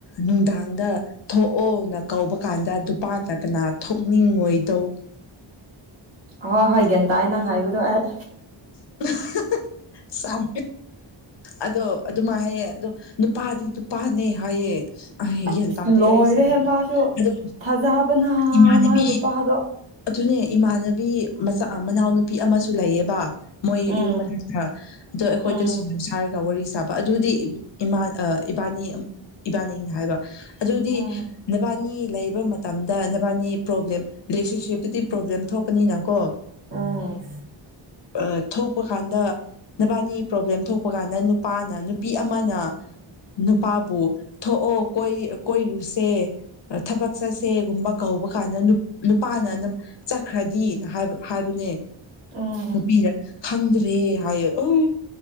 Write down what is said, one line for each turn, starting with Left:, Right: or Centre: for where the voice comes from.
Left: ꯅꯨꯡꯗꯥꯡꯗ ꯊꯣꯛꯑꯣꯅ ꯀꯧꯕ ꯀꯥꯟꯗ ꯅꯨꯄꯥ ꯅꯠꯇꯅ ꯊꯣꯛꯅꯤꯡꯉꯣꯏꯗꯧ
Right: ꯍ ꯍꯣꯏ ꯒꯟꯇꯥꯥꯏ ꯅꯪ ꯍꯥꯏꯕꯗꯣ ꯑꯩ
Left: ꯍ ꯁꯥꯎ ꯑꯗꯣ ꯑꯗꯨꯃꯥꯏ ꯍꯥꯏꯌꯦ ꯑꯗꯣ ꯅꯨꯄꯥꯗꯤ ꯅꯨꯄꯥꯅꯦ ꯍꯥꯏꯌꯦ ꯑꯩ
Right: ꯑꯁ
Left: ꯒ꯭ꯌꯥꯟ ꯇꯥꯗꯦ
Right: ꯂꯣꯏꯔꯦ
Left: ꯑꯩ ꯑꯁꯦꯡꯕ
Right: ꯃꯥꯁꯨ
Left: ꯑꯗꯣ
Right: ꯊꯥꯖꯕꯅ
Left: ꯏꯃꯥꯟꯅꯕꯤ
Right: ꯃꯥ ꯅꯨꯄꯥꯗꯣ
Left: ꯑꯗꯨꯅꯦ ꯏꯃꯥꯟꯅꯕꯤ ꯃꯆꯥ ꯃꯅꯥꯎꯅꯨꯄꯤ ꯑꯃꯁꯨ ꯂꯩꯌꯦꯕ ꯃꯣꯏ
Right: ꯎꯝ
Left: ꯌꯨꯝ ꯃꯅꯥꯛꯇ ꯑꯗꯣ ꯑꯩꯈꯣꯏꯗꯣ
Right: ꯎꯝ
Left: ꯁꯤꯡꯖꯨ ꯁꯥꯔꯒ ꯋꯥꯔꯤ ꯁꯥꯕ ꯑꯗꯨꯗꯤꯥ ꯏꯕꯥꯅꯤ ꯏꯕꯥꯅꯤꯅꯤ ꯍꯥꯏꯕ ꯑꯗꯨꯗꯤ
Right: ꯎꯝ
Left: ꯅꯦꯕꯥꯅꯤ ꯂꯩꯕ ꯃꯇꯝꯗ ꯅꯕꯥꯅꯤ ꯄ꯭ꯔꯣꯕ꯭ꯂꯦꯝ ꯔꯤꯂꯦꯁꯟꯁꯤꯞ ꯑꯗꯨꯗꯤ ꯄ꯭ꯔꯣꯕ꯭ꯂꯦꯝ ꯊꯣꯛꯀꯅꯤꯅ ꯀꯣ
Right: ꯎꯝ
Left: ꯎꯝ ꯊꯣꯛꯄ ꯀꯥꯟꯗ ꯅꯕꯥꯅꯤ ꯄ꯭ꯔꯣꯕ꯭ꯂꯦꯝ ꯊꯣꯛꯄ ꯀꯥꯟꯗ ꯅꯨꯄꯥꯅ ꯅꯨꯄꯤ ꯑꯃꯅ ꯅꯨꯄꯥꯕꯨ ꯊꯣꯛꯑꯣꯣꯏ ꯀꯣꯏꯔꯨꯁꯦ ꯊꯕꯛ ꯆꯠꯁꯦꯒꯨꯝꯕ ꯀꯍꯧꯕ ꯀꯥꯟꯗ ꯅꯨꯄꯥꯅ ꯆꯠꯈ꯭ꯔꯗꯤꯅ ꯍꯥꯏꯕ ꯍꯥꯏꯕꯅꯦ
Right: ꯎꯝ
Left: ꯅꯨꯄꯤꯤꯔ ꯈꯪꯗ꯭ꯔꯦ ꯍꯥꯏꯌꯣ ꯑ